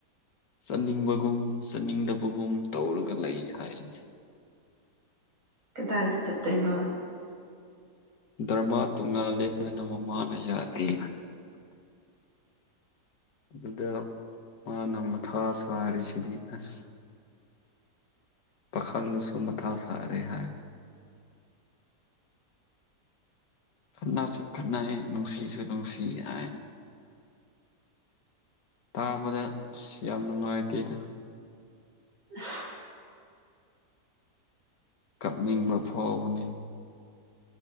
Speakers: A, on the left; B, on the right.
A: ꯆꯠꯅꯤꯡꯕꯒꯨꯝ ꯆꯠꯅꯤꯡꯗꯕꯒꯨꯝ ꯇꯧꯔꯒ ꯂꯩꯈꯔꯦ
B: ꯗꯥꯏꯗ ꯆꯠꯇꯣꯏꯕ
A: ꯗꯔꯃꯥ ꯇꯣꯡꯉꯥꯜꯂꯦꯅ ꯅꯣꯡꯃ ꯃꯥꯅ ꯌꯥꯗꯦ ꯑꯗꯨꯗ ꯃꯥꯅ ꯃꯊꯥ ꯁꯥꯔꯤꯁꯤꯗꯤ ꯑꯁ ꯄꯥꯈꯪꯗꯨꯁꯨ ꯃꯊꯥ ꯁꯥꯔꯦ ꯍꯥꯏ ꯈꯠꯅꯁꯨ ꯈꯠꯅꯩ ꯅꯨꯡꯁꯤꯁꯨ ꯅꯨꯡꯁꯤꯅꯩ ꯇꯥꯕꯗ ꯁ ꯌꯥꯝ ꯅꯨꯡꯉꯥꯏꯇꯦꯗ
B: <inaudible>
A: ꯀꯞꯅꯤꯡꯕ ꯐꯥꯎꯕꯅꯤ